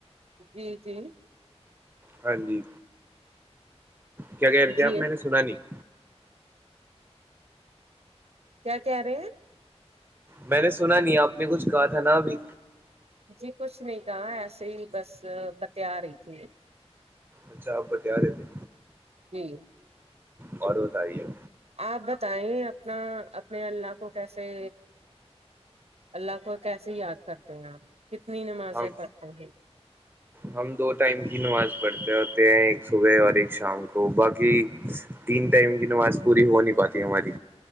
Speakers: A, on the right (about 65°); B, on the right (about 15°).
A: جی جی
B: ہاں جی کیا کہہ رہے تھے
A: جی
B: آپ میں نے سنا نہیں
A: کیا کہہ رہے ہیں
B: میں نے سنا نہیں آپ نے کچھ کہا تھا نہ ابھی
A: جی کچھ نہیں کہاں ایسے ہی بس بتیا رہی تھی
B: اچھا آپ بتیا رہے تھے
A: جی
B: اور بتائیے
A: آپ بتائیں اپنا اپنے اللہ کو کیسے اللہ کو کیسے یاد کرتے ہیں آپ کتنی نمازیں
B: ہم
A: پڑھتے ہیں
B: ہم دو ٹائم کی نماز پڑھتے ہوتے ہیں ایک صبح اور ایک شام کو باقی تین ٹائم کی نماز پوری ہو نہیں پاتی ہماری